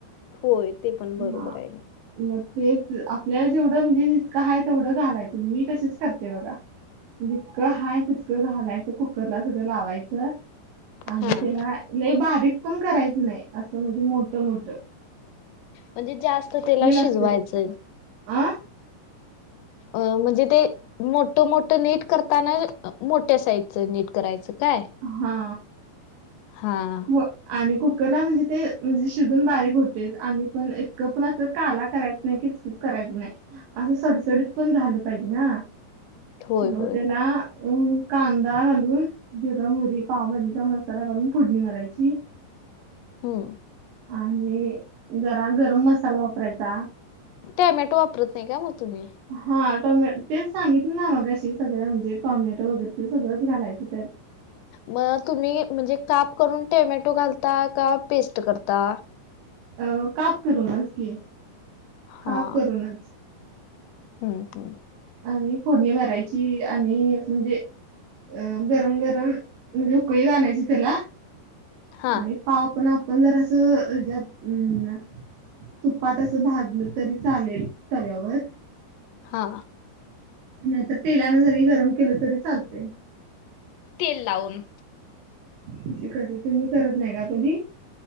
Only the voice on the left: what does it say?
होय, ते पण बरोबर
आहे.
हा
म्हणजे जास्त तेला शिजवायचंय
अ म्हणजे ते मोठ मोठ नीट करताना मोठ्या साईजच नीट करायचं काय.
हा.
होय
होय
हम्म
टोमॅटो वापरत नाही, काय मग तुम्ही?
मग तुम्ही म्हणजे काप करून टोमॅटो घालता का, पेस्ट करता?
हा
हम्म हम्म,
हा
हा.
तेल लावून.